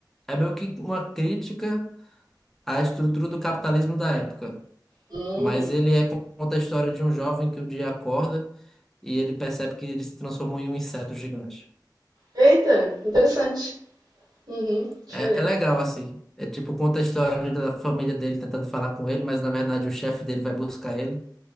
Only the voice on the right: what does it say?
Hum.
Eita, interessante. Uhum, diferente.